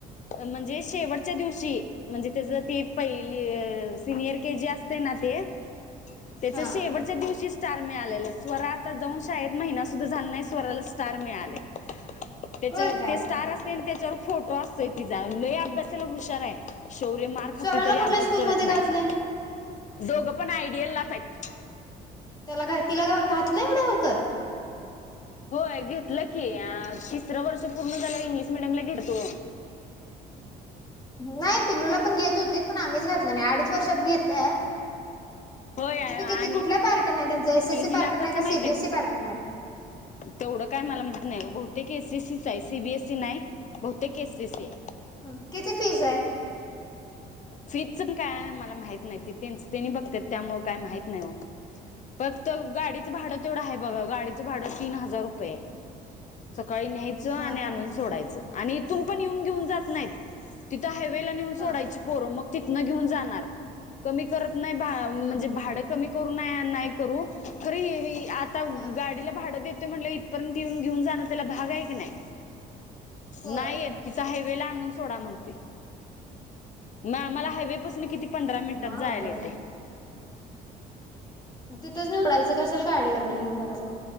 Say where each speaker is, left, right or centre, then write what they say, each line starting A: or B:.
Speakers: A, on the left (about 45°); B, on the left (about 25°).
A: म्हणजे शेवटच्या दिवशी, म्हणजे तेझ ती पहिली सिनियर के जी असते ना, ते, तेच
B: हा
A: शेवट च्या दिवशी स्टार मिळालेल स्वरा आता जाऊन शाळेत महिना सुद्धा झाला नाही स्वराला स्टार मिळालय. तेच्यात
B: होय काय
A: ते स्टार अस तेन त्याच्यावर फोटो असतोय तिझा लय अभ्यासाला हुशार आहे, शौर्य मा खातोय
B: स्वराला
A: तरी
B: कुठल्या
A: अभ्यास
B: स्कूलमध्ये
A: करत नाही,
B: घातलंय?
A: दोघं पण आयडियल लाच हायत.
B: त्याला घा तिला घातल एवढ्या लवकर?
A: होय घेतलं की तिसर वर्ष पूर्ण झाल्यावर इंग्लिश मिडियमला घेतो.
B: नाही पिल्लूला पण घेत होते पण आम्हीच घातलं नाही अडीच वर्षात घेत्यात.
A: होय आणि
B: तिथे किती कुठलं पार्टन आहे त्यांचं एस एस सी
A: हिला
B: पार्टन
A: कसं
B: आहे का
A: माहितीय
B: सी बी ए सी पार्टन आहे?
A: तेवढं काय मला माहित नाही ग, बहुतेक एसीसीच आहे सीबीएससी नाही. बहुतेक एसीसी ये.
B: हं किती फीस ये?
A: फीजच पण काय मला माहित नाही ते त्यांचतेनी बघ त्यात त्यामुळे काय माहित नाही ओ, फक्त गाडीचं भाड तेवढ हाय बगा गाडी च भाड तीन हजार रुपयेय, सकाळी न्यायच आणि
B: हा हा
A: आणून
B: हा.
A: सोडायचं. आणि इथून पण येऊन घेऊन जात नाहीत, तिथं हायवेला नेऊन सोडायची.
B: हा
A: पोर मग तिथन घेऊन जाणार, कमी करत भा म्हणजे
B: हम्म.
A: भाडं कमी करू ना नाय करू, खरं ही आता
B: हा
A: गा तिला भाडं देतोय म्हंटल्यावर इथपर्यंत येऊन घेऊन जाण त्याला भाग आहे कनाय,
B: होय
A: नाही येत. हिथ हायवेला आणून सोडा म्हणतोय. ना आम्हाला हायवे पासून किती पंधरा मिनिटात
B: म
A: जायला
B: अवघड
A: येतंय.
B: तिथंच निहुन सोडायचं कशाला गाडीवर हे करायचं.